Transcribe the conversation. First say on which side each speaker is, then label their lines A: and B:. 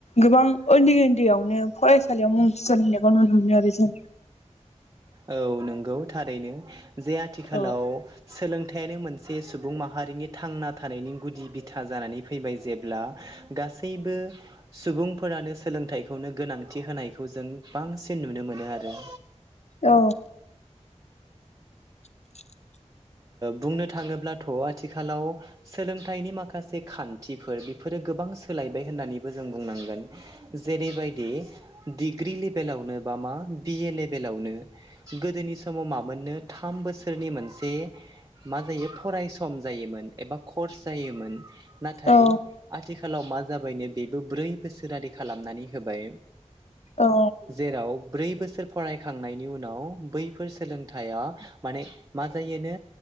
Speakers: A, on the left; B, on the right.
A: गोबांझ उनदै उनदैयावनो फरायसालियाव मुं थिसनहैनायखौ नुनो मोनो आरो जों
B: औ नंगौ थारैनो जे आथिखालाव
A: औ
B: सोलोंथाइयानो मोनसे सुबुं माहारिनि थांना थानायनि गुदि बिथा जानानै फैबाय जेब्ला गासैबो सुबुंफोर फोरानो सोलोंथाइखौनो गोनांथि होनायखौ जों बांसिन नुनो मोनो आरो।
A: औ <inaudible>
B: बुंनो थाङोब्लाथ' आथिखालाव सोलोंथाइनि माखासे खानथिफोर बेफोर फोर गोबां सोलायबाय होननानैबो जों बुंनांगोन जेरैबायदि डिग्रि लेभेलाव बा मा बि ए लेबेलावनो गोदोनि समाव मामोननो थाम बोसोर सोरनि मोनसे मा जायो फरायस जायोमोन एबा कर्स जायोमोन। नाथाय
A: औ
B: आथिखालाव मा जाबायनो बेबो ब्रै बोसोरारि खालामनानै होबाय।
A: औ
B: जेराव ब्रै बोसोर फरायखांनायनि उनाव बैफोर सोलोंथाइया माने मा जायोनो